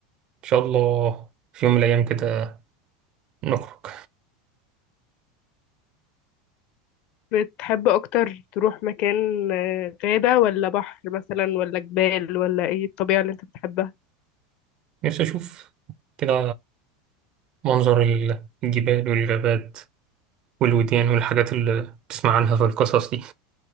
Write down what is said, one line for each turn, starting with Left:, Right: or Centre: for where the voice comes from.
Right: إن شاء الله في يوم من الأيام كده نخرج
Left: بتحب اكتر تروح مكان آه، غابه ولا بحر مثلا ولا جبال ولا ايه الطبيعه اللي انت بتحبها
Right: نفسي أشوف كده منظر الجبال والغابات والوديان والحاجات اللي بتسمع عنها في القصص دي